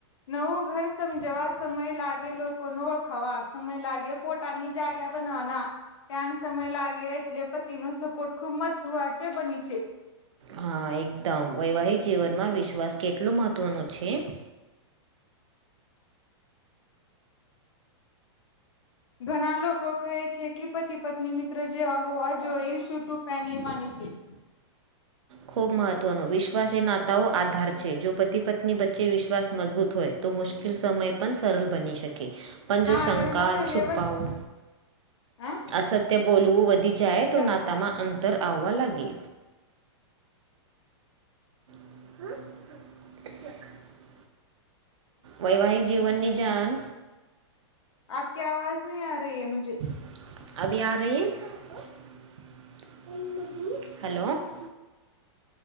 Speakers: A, on the left; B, on the right.
A: નવું ઘર સમજવા સમય લાગે લોકોને ઓળખાવા સમય લાગે પોટાની જાગ્યા બનવાના ત્યાન સમય લાગે એટલે પતિ નો સપોર્ટ ખુબ <unintelligible> બની છે
B: હા એકદમ વૈવાહિક જીવનમાં વિશ્વાસ કેટલો મહત્ત્વનો છે.
A: ઘણા લોકો કહે છે કે પતિ પત્ની મિત્ર જેવા હોવા જોઈલ શું તું <unintelligible>
B: ખૂબ મહત્વનો વિશ્વાસ એ નાતાઓ આધાર છે જો પતિ પત્ની વચ્ચે વિશ્વાસ મજબૂત હોય તો મુશ્કેલ સમય પણ સરળ બની શકે. પણ જો
A: હા
B: શંકા,
A: લગ્ન પહેલે
B: છુપાવવુ
A: વક્ત હા
B: અસત્ય બોલવું વધી જાય તો
A: ક્યા
B: નાતામાં અંતર આવવા લાગે. હા વૈવાહિક જીવનની જાન
A: <unintelligible>
B: <unintelligible>